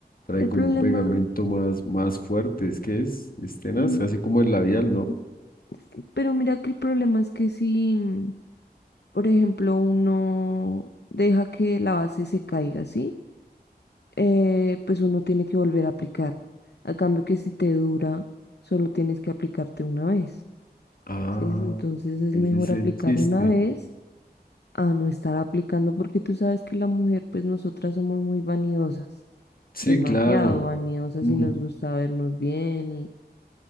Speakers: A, on the left (about 60°); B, on the left (about 80°).
A: Trae
B: El
A: como
B: problema,
A: un pegamento más, más fuerte, es que es, es tenaz,
B: mm,
A: así como el labial, ¿no?
B: s- pero mira que el problema es que si, mm, por ejemplo, uno deja que la base se caiga, ¿sí? Eh, pues uno tiene que volver a aplicar. A cambio que si te dura, solo tienes que aplicarte una vez.
A: Ah,
B: ¿sí? Entonces es
A: ese
B: mejor
A: es
B: aplicar
A: el chiste.
B: una vez a no estar aplicando, porque tú sabes que la mujer, pues nosotras somos muy vanidosas,
A: Sí,
B: demasiado
A: claro.
B: vanidosas
A: Mm,
B: y nos gusta vernos bien y